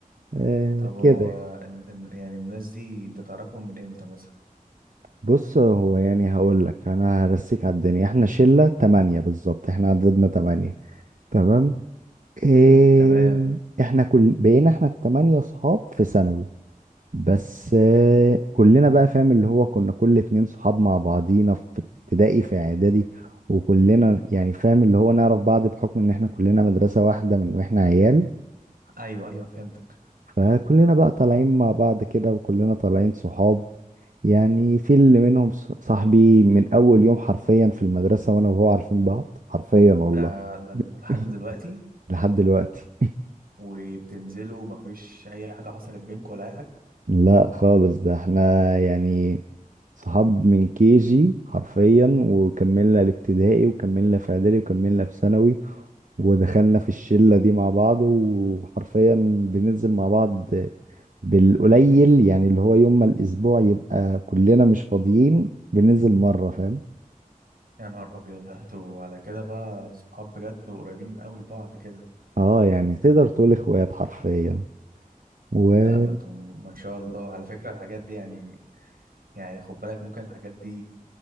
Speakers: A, on the right; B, on the right.
A: آه،
B: طب هو
A: كده يعني.
B: ان- ان- يعني الناس دي انت تعرفهم من امتى مثلا
A: بص هو يعني هقول لك أنا هرسيك على الدنيا إحنا شلة تمانية بالظبط إحنا عددنا تمانية تمام إيه
B: تمام
A: احنا كل بقينا احنا التمانية صحاب في ثانوي بس آه، كلنا بقى فاهم اللي هو كنا كل اتنين صحاب مع بعضينا في ابتدائي في اعدادي وكلنا يعني فاهم اللي هو نعرف بعض بحكم ان احنا كلنا مدرسة واحدة من واحنا عيال
B: ايوه ايوه فهمتك
A: فكلنا بقى طالعين مع بعض كده وكلنا طالعين صحاب يعني في اللي منهم ص- صاحبي من اول يوم حرفيا في المدرسة وانا وهو عارفين بعض حرفيا والله
B: ده ده دول لحد
A: <laughs>
B: دلوقتي
A: لحد دلوقتي
B: وبتنزلوا مفيش اي حاجة حصلت بينكم ولا اي حاجة
A: لا خالص ده احنا يعني صحاب من كي جي حرفيا وكملنا الابتدائي وكملنا في اعدادي وكملنا في ثانوي ودخلنا في الشلة دي مع بعض وحرفيا بننزل مع بعض بالقليل يعني اللي هو يوم ما الاسبوع يبقى كلنا مش فاضيين بننزل مرة فاهم
B: يا نهار ابيض ده انتوا على كده بقى صحاب بجد وقريبين قوي لبعض كده
A: اه يعني تقدر تقول اخوات حرفيا وبتحس
B: اه ده انتوا ما شاء الله على فكرة الحاجات دي يعني يعني خد بالك ممكن الحاجات دي